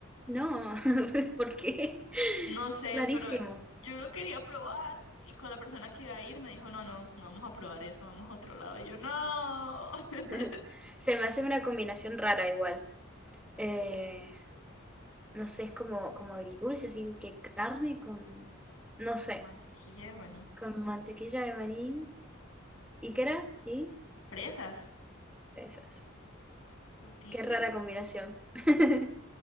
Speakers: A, in the centre; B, on the left.
A: No, <laughs> ¿por qué?
B: No sé,
A: Rarísimo.
B: pero yo lo quería probar. Y con la persona que iba a ir me dijo, no, no, no vamos a probar eso, vamos a otro lado. Y yo, no.
A: <laughs>
B: <laughs>
A: Se me hace una combinación rara igual. Eh, no sé, es como, como agridulce, así que carne con, no sé,
B: Mantequilla de maní.
A: con mantequilla de maní. ¿Y qué era? Y
B: Fresas.
A: esas.
B: Frutilla.
A: Qué rara combinación. <laughs>